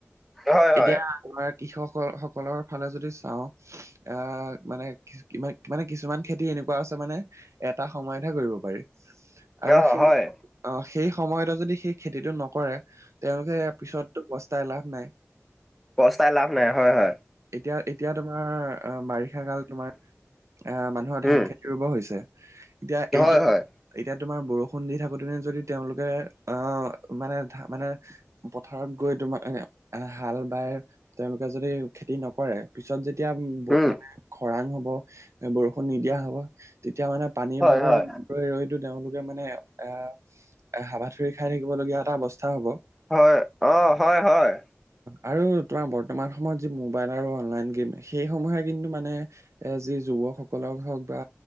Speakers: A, in the centre; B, on the right.
A: হয়,
B: এতিয়া
A: হয়,
B: আমাৰ কৃষক সকলৰ ফালে যদি চাওঁ। আহ মানে কিমান মানে কিছুমান খেতি এনেকুৱা আছে মানে এটা সময়তহে কৰিব পাৰি। আৰু
A: অ',
B: সেই,
A: হয়,
B: সেই সময়তে যদি সেই খেতিটো নকৰে। তেওঁলোকে পিছত বস্তাই লাভ নাই।
A: কস্তাই লাভ নাই, হয়, হয়।
B: এতিয়া, এতিয়া, তোমাৰ অ, বাৰিষা কাল তোমাৰ আহ মানুহৰ ধান,
A: উম,
B: খেতি ৰুব। এতিয়া, এইটো,
A: হয়, হয়,
B: এতিয়া তোমাৰ বৰষুণ দি থাকোতেনে যদি তেওঁলোকে অ, মানে, মানে পথাৰত গৈ তোমাৰ হাল বাই তেওঁলোকে যদি খেতি নকৰে পিছত যেতিয়া মানে
A: উম,
B: খৰাং হ'ব বৰষুণ নিদিয়া হ'ব। এতিয়া মানে পানীৰ
A: হয়,
B: বাবে
A: হয়,
B: ৰৈ, ৰৈ কিন্তু তেওঁলোকে মানে এ, এ, হাবাথৰি খাই থাকিবলগীয়া এটা অৱস্থা হ'ব।
A: হয়, অ, হয়, হয়।
B: আৰু তোমাৰ বৰ্তমান সময়ত যি মোবাইল আৰু অনলাইন গেম, সেই, সমূয়ে কিন্তু মানে এ, যি, যুৱকসকলক হওক বা